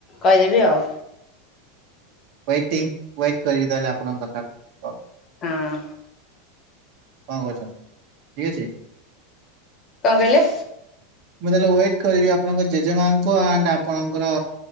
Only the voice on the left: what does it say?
କହିଦେବି ଆଉ।
ହଁ।
କଣ କହିଲେ?